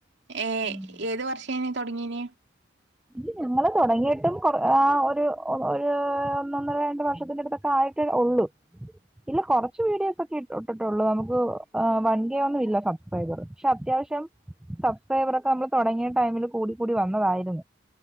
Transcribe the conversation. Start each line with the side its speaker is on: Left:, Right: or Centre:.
Right: ഏ
Centre: ഉം
Right: ഏത് വർഷേന തുടങ്ങീന
Centre: ഇത് ഞങ്ങള് തുടങ്ങിയിട്ടും ഒരു ഒരു ഒന്നൊന്നര രണ്ട് വർഷത്തിന്റെ അടുത്തൊക്കെ ആയി ഉള്ളൂ ഇല്ല കുറച്ച് വീഡിയോസ് ഒക്കെ ഇട്ടിട്ടുള്ളൂ നമുക്ക് വൺകെ ഒന്നും ഇല്ല സബ്സ്ക്രൈബർ പക്ഷെ അത്യാവശ്യം സബ്സ്ക്രൈബറൊക്കെ നമ്മൾ തുടങ്ങിയ ടൈമിൽ കൂടി കൂടി വന്നതായിരുന്നു